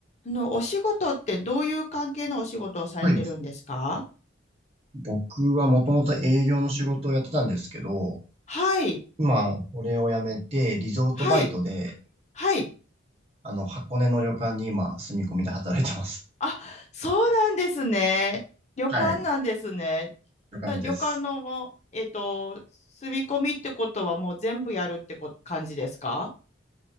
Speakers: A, on the left; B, on the right.
A: あの、お仕事ってどういう関係のお仕事をされてるんですか
B: はい。僕はもともと営業の仕事をやってたんですけど、
A: はい、
B: 今、これを辞めて、リゾートバイトで、
A: はい、はい。
B: あの、箱根の旅館に今、住み込みで働いてます。
A: あ、そうなんですね。旅館なんですね。
B: はい。旅館です。
A: じゃあ旅館のもう、えっと、住み込みってことはもう全部やるってこ、感じですか